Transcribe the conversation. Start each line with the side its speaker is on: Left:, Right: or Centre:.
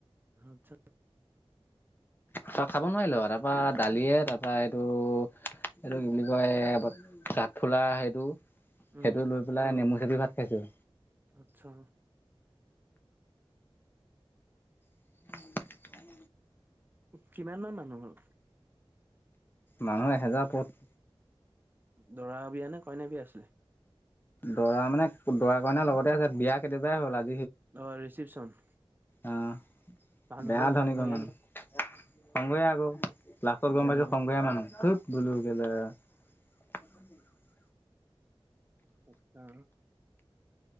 Right: আছ <unintelligible>
Left: তই খাব নোৱাৰিলো তাৰপৰা। দালিয়ে তাৰপৰা এইটো, এইটো কি বুলি কয় কাঁঠফুলা সেইটো।
Right: উম,
Left: সেইটো লৈ পেলাই নেমুচ। দি ভাত খাইছোঁ।
Right: আচ্ছা।
Left: উ,
Right: কিমান মান মানুহ হ'ল?
Left: মানুহে হেজাৰ উপৰত
Right: দৰা বিয়া নে কইনা বিয়া আছিলে?
Left: দৰা মানে দৰা কইনাৰ লগতে আছিল বিয়া কেতিয়াবাই হ'ল আজি।
Right: অ ' ৰিচিপচন।
Left: অ'।
Right: মানুহঘৰ
Left: বেয়া ধনী
Right: সংঘৰীয়া
Left: ঘৰ মানে।
Right: নি?
Left: সংঘৰীয়া আকৌ। লাখত গম
Right: ধনীয়া
Left: পাইছো সং‌ঘৰীয়া মানুহ তুত বোলো কে <unintelligible>
Right: আচ্ছা।